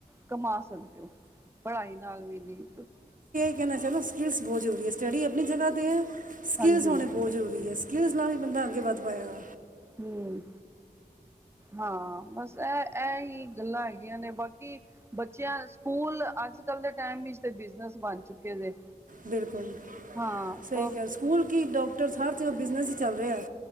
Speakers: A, on the right; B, on the right.
A: ਕਮਾ ਸਕਦੇ ਹੋ। ਪੜ੍ਹਾਈ ਨਾਲ ਵੀ ਨੀਂ
B: ਔਈ ਮੈ ਕਿਹਾ ਨਾਂ ਸਕਿਲਲ ਬਹੁਤ ਜ਼ਰੂਰੀ ਹੈ। ਸਟੱਡੀ ਆਪਣੀ ਜਗਾ ਤੇ ਐ, ਸਕਿਲਸ
A: ਹਾਂਜੀ
B: ਹੋਣੇ ਬਹੁਤ ਜ਼ਰੂਰੀ ਹੈ। ਸਕਿਲਜ਼ ਨਾਲ ਹੀ ਬੰਦਾ ਅੱਗੇ ਵੱਧ ਪਏਗਾ।
A: ਹੁੰ ਹਾਂ ਬਸ ਇਹ- ਇਹ ਹੀ ਗੱਲਾਂ ਹੈਗੀਆਂ ਨੇ ਬਾਕੀ ਬੱਚਿਆਂ ਸਕੂਲ ਅੱਜ-ਕੱਲ ਦੇ, ਟਾਈਮ ਵਿੱਚ ਬਿਜਨਸ ਬਣ ਚੁੱਕੇ ਕਿਣੇ
B: ਬਿਲਕੁਲ
A: ਹਾਂ
B: ਸਹੀ
A: ਉਹ
B: ਗੱਲ ਸਕੂਲ ਕੀ ਡੋਕਟਰਸ, ਹਰ ਜਗ੍ਹਾ ਬਿਜ਼ਨਸ ਹੀ ਚੱਲ ਰਿਹਾ